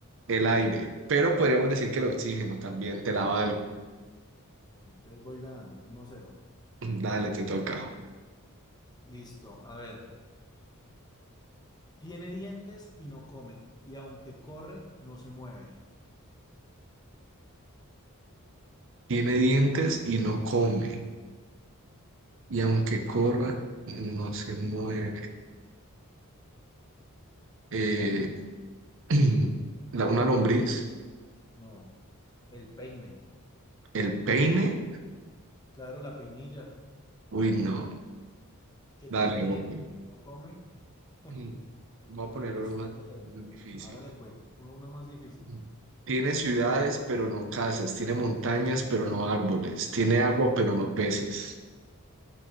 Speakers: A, on the right; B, on the left.
A: El aire, pero podríamos decir que el oxígeno también, te la valgo.
B: Bueno, entonces voy ganando, uno cero
A: <clears throat> Dale, te toca.
B: Listo, a ver. Tiene dientes y no come, y aunque corre, no se mueve.
A: Tiene dientes y no come, y aunque corra, no se mueve. Eh, <clears throat> la- una lombriz,
B: No, el peine.
A: el peine,
B: Claro, la peinilla,
A: uy, no.
B: que
A: Dale,
B: tiene dientes,
A: ok.
B: no come. <laughs>
A: Mm, Voy a ponerlo
B: Listo,
A: lo más
B: uno cero
A: difícil.
B: Hágale pues, ponga uno más difícil.
A: Mm. Tiene ciudades, pero no casas. Tiene montañas, pero no árboles. Tiene agua, pero no peces.